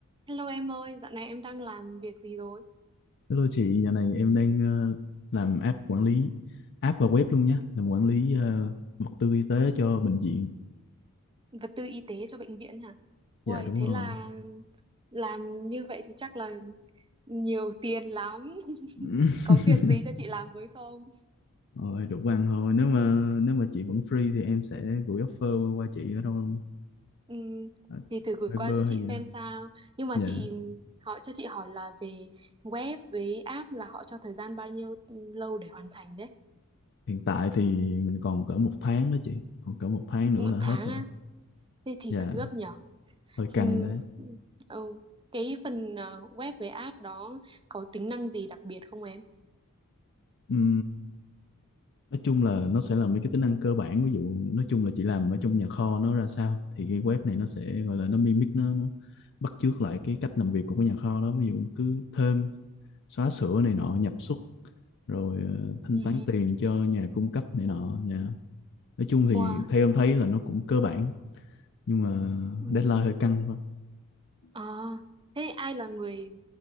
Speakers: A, on the right (about 20°); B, on the left (about 55°).
A: Hello em ơi, dạo này em đang làm việc gì rồi?
B: Hello chị, giờ này em đang ờ, làm app quản lý app và web luôn nhé, làm quản lý ờ, vật tư y tế cho bệnh viện.
A: Vật tư y tế cho bệnh viện hả? Uầy,
B: Dạ đúng
A: thế
B: rồi.
A: là làm như vậy thì chắc là nhiều tiền lắm. <laughs>
B: <laughs>
A: Có việc gì cho chị làm với không?
B: Rồi đủ ăn thôi. Nếu mà nếu mà chị vẫn free thì em sẽ gửi offer qua chị ở đâu
A: Ừm,
B: ở
A: thì thử gửi
B: Viber
A: qua cho chị
B: hay gì đó.
A: xem sao. Nhưng mà
B: Dạ.
A: chị hỏi cho chị hỏi là về web với app là họ cho thời gian bao nhiêu lâu để hoàn thành đấy?
B: Hiện tại thì mình còn cỡ một tháng đó chị, còn cỡ một tháng
A: Một
B: nữa là hết
A: tháng
B: rồi.
A: á? Thế thì
B: Dạ,
A: gấp nhở?
B: hơi căng
A: Ừm, ừ. Cái phần ờ, web với app đó có tính năng gì đặc biệt không em?
B: đấy. nói chung là nó sẽ là mấy cái tính năng cơ bản ví dụ nói chung là chị làm ở trong nhà kho nó ra sao thì cái web này nó sẽ gọi là nó mimic nó nó bắt chước lại cái cách làm việc của cái nhà kho đó ví dụ cứ thêm xóa sửa này nọ nhập xuất rồi ờ, thanh
A: Ừ.
B: toán tiền cho nhà cung cấp này nọ nha nói chung thì
A: Wow.
B: theo em thấy là nó cũng cơ bản nhưng mà
A: Ừ.
B: deadline hơi căng thôi
A: À, thế ai là người